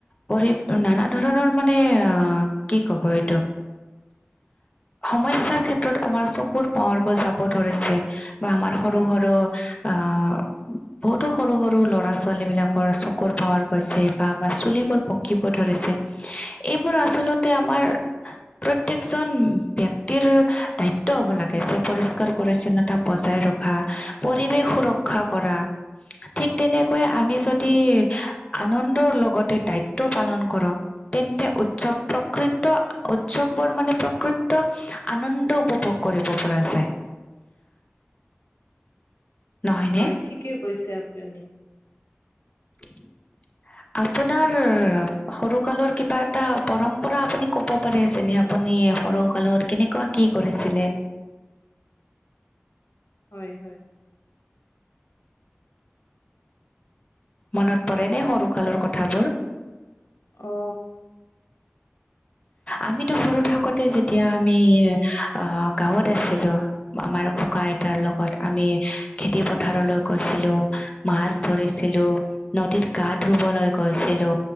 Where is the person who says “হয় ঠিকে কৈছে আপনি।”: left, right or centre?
Left